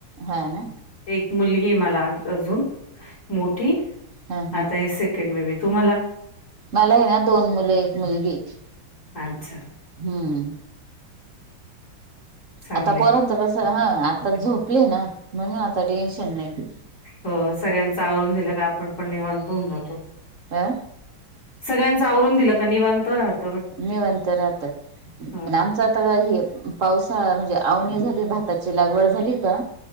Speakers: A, on the right; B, on the left.
A: हा ना
B: एक मुलगी ये मला अजून मोठी.
A: हम हम,
B: आता हे सेकंड बेबी तुम्हाला
A: मला ये ना दोन मुलं एक मुलगी.
B: अच्छा.
A: हम्म.
B: चांगले
A: आता पोरांचं कस हं आता झोपले ना म्हणून आता टेन्शन नाही.
B: हो सगळ्यांचं आवरून दिलं का आपण पण निवांत हुन जातो.
A: अ
B: सगळ्यांचं आवरून दिलं का निवांत राहत.
A: निवांत राहत,
B: हो
A: पण आमच आता हे पावसाळा म्हणजे आवणी झाली भाताची लागवड झाली का